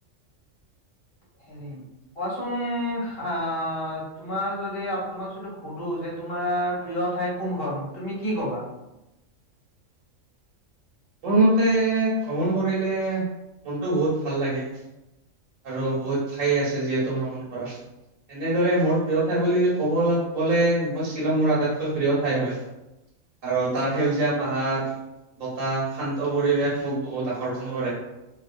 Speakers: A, on the left; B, on the right.
A: হেৰি কোৱাচোন আহ তোমাৰ যদি তোমাক যদি সুধো যে তোমাৰ তোমাৰ প্ৰিয় ঠাই কোনখন তুমি কি কবা
B: মোৰ মতে ভ্ৰমণ কৰিলে মনটো বহুত ভাল লাগে। আৰু বহুত ঠাই আছে যিহেতু ভ্ৰমণ কৰা এনেদৰে মোৰ প্ৰিয় ঠাই বুলি ক'বলৈ গলে মই শ্বিলঙৰ আটাইতকৈ প্ৰিয় ঠাই হয়। আৰু তাৰ সেউজীয়া পাহাৰ বত এটা শান্ত পৰিৱেশ মোক বহুত আকৰ্ষণ কৰে।